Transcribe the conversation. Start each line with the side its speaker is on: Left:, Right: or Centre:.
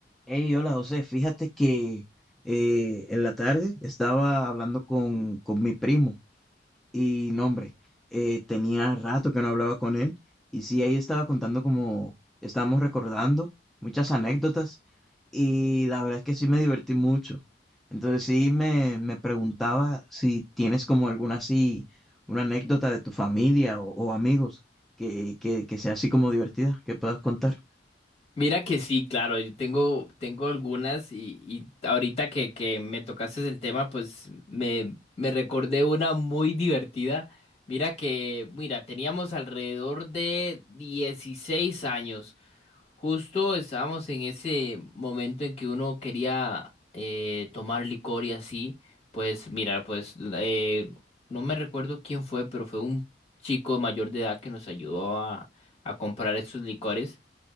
Centre: Hey, hola José, fíjate que eh, en la tarde estaba hablando con, con mi primo y no, hombre, eh, tenía rato que no hablaba con él y sí, ahí estaba contando como estábamos recordando muchas anécdotas y la verdad es que sí me divertí mucho. Entonces sí me, me preguntaba si tienes como alguna así, una anécdota de tu familia o, o amigos que, que, que sea así como divertida, que puedas contar.
Left: Mira que sí, claro, yo tengo, tengo algunas y, y ahorita que, que me tocaste el tema, pues me, me recordé una muy divertida. Mira que, mira, teníamos alrededor de 16 años. Justo estábamos en ese momento en que uno quería eh, tomar licor y así. Pues mira, pues la- eh, no me recuerdo quién fue, pero fue un chico mayor de edad que nos ayudó a, a comprar estos licores.